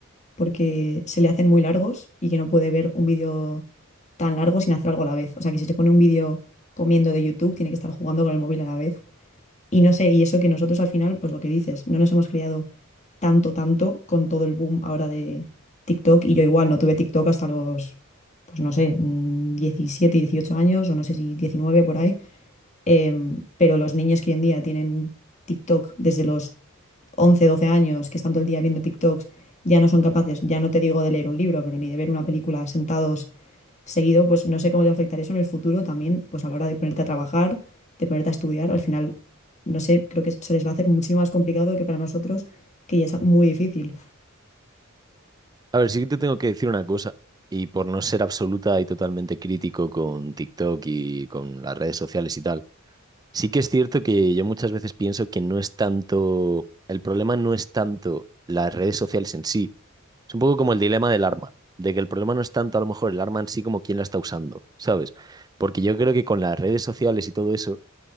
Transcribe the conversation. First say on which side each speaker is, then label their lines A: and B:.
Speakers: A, on the left; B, on the right.
A: porque se le hacen muy largos y que no puede ver un vídeo tan largo sin hacer algo a la vez. O sea, que si se pone un vídeo comiendo de YouTube, tiene que estar jugando con el móvil a la vez. Y no sé, y eso que nosotros al final, pues lo que dices, no nos hemos criado tanto, tanto con todo el boom ahora de TikTok. Y yo igual no tuve TikTok hasta los, pues no sé, mm, 17, 18 años o no sé si 19 por ahí. Em, pero los niños que hoy en día tienen TikTok desde los 11, 12 años, que están todo el día viendo TikToks, ya no son capaces, ya no te digo de leer un libro, pero ni de ver una película sentados seguido, pues no sé cómo les afectará eso en el futuro también, pues a la hora de ponerte a trabajar, de ponerte a estudiar, al final no sé, creo que se les va a hacer muchísimo más complicado que para nosotros, que ya es muy difícil.
B: A ver, sí que te tengo que decir una cosa y por no ser absoluta y totalmente crítico con TikTok y con las redes sociales y tal, Sí que es cierto que yo muchas veces pienso que no es tanto, el problema no es tanto las redes sociales en sí. Es un poco como el dilema del arma, de que el problema no es tanto a lo mejor el arma en sí como quién la está usando, ¿sabes? Porque yo creo que con las redes sociales y todo eso